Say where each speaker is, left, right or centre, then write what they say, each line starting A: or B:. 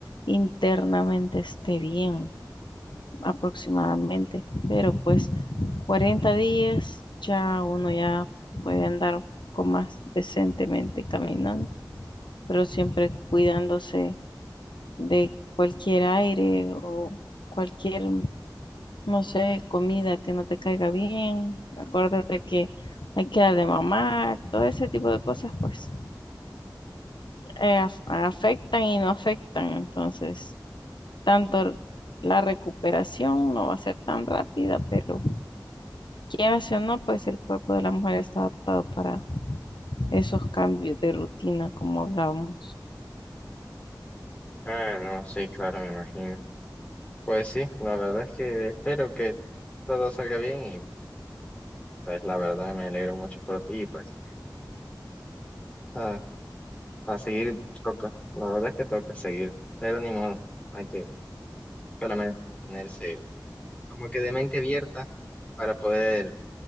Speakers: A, on the left; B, on the left.
A: internamente esté bien, aproximadamente. Pero pues 40 días ya uno ya puede andar con más decentemente caminando, pero siempre cuidándose de cualquier aire o cualquier, no sé, comida que no te caiga bien. Acuérdate que hay que darle mamá, todo ese tipo de cosas, pues eh, af- afectan y no afectan. Entonces, tanto la recuperación no va a ser tan rápida, pero quieras o no, pues el cuerpo de la mujer está adaptado para esos cambios de rutina, como hablábamos.
B: Ah, no, sí, claro, me imagino. Pues sí, la verdad es que espero que todo salga bien y pues la verdad me alegro mucho por ti y pues ah, a seguir toca, la verdad es que toca seguir, pero ni modo, hay que solamente ponerse como que de mente abierta para poder